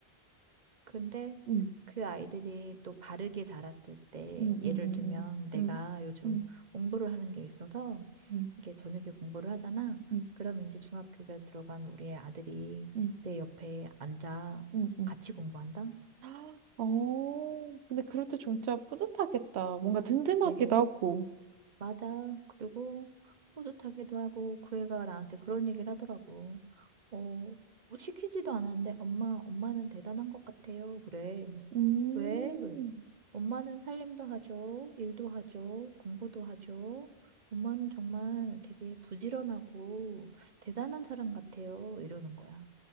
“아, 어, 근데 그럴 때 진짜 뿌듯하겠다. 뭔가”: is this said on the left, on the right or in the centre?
Right